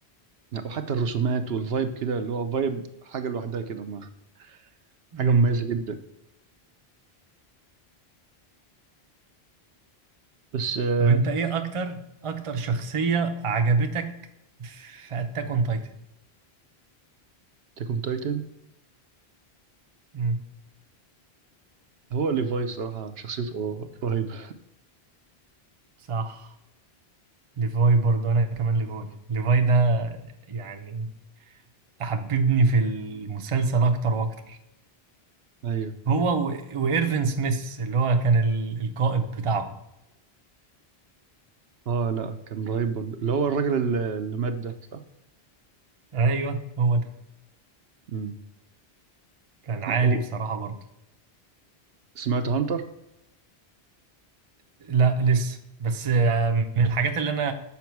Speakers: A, on the right; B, on the right.
A: يعني وحتى الرسومات والفايب كده اللي هو فايب حاجة لوحدها كده ما حاجة
B: امم
A: مميزة جدا بس آه...
B: طب انت ايه اكتر اكتر شخصية عجبتك في اتاك اون تايتن
A: تاكون تايتن
B: امم
A: هو ليفاي صراحة شخصيته رهيبة
B: صح ليفاي برضه انا كمان ليفاي ليفاي ده يعني حببني في المسلسل اكتر واكتر
A: أيوه
B: هو و... وايرفين سميث اللي هو كان ال... القائد بتاعهم
A: اه لا كان رهيب برضه اللي هو الراجل اللي اللي مات ده صح؟
B: ايوه هو ده
A: امم
B: كان عالي
A: لا، و-
B: بصراحة برضه
A: سمعت هانتر
B: لا لسه بس آه، من الحاجات اللي انا